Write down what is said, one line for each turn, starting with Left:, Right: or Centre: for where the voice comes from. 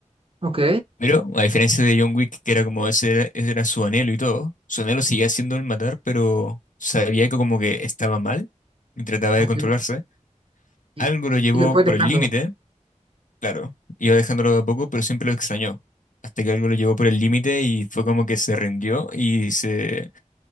Right: Ok.
Left: pero a diferencia de John Wick, que era como ese era, ese era su anhelo y todo, su anhelo seguía siendo el matar, pero sabía que como que estaba mal y trataba de
Right: Ok.
Left: controlarse,
Right: Y,
Left: algo lo llevó
Right: y lo fue
Left: por
Right: dejando.
Left: el límite, claro, iba dejándolo de a poco, pero siempre lo extrañó, hasta que algo lo llevó por el límite y fue como que se rindió y se